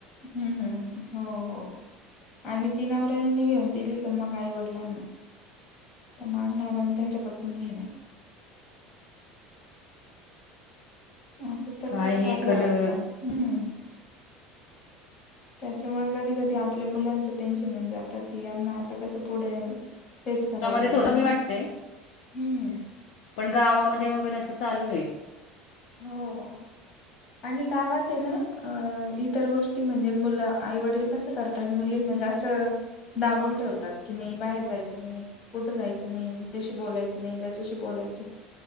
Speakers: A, on the left; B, on the left.
A: हम्म हम्म हो हो आणि तीन आवरणीने घेऊन दिली क मग आईवडलांना त्या मागणाऱ्या आणि त्यांच्याकडून घेण्यात असं तर
B: काय
A: खूप
B: हे
A: चालू
B: खरं
A: आहे आजकाल हम्म त्याच्यामुळे कधी कधी आपल्या मुलांचं टेन्शन येऊन जातं की यांना आता कसं पुढे फेस करावं
B: मध्ये
A: लागेल
B: थोडं कमी वाटतंय
A: हम्म
B: पण गावामध्ये वगैरे असं चालू आहे
A: हो आणि गावात आहे ना अ इतर गोष्टी म्हणजे मुलं आई वडील कसं करतात मुलींना जास्त दाबून ठेवतात कि नाही बाहेर जायचं नाही कुठं जायचं नाही जशी बोलायचं नाही त्याच्याशी बोलायचं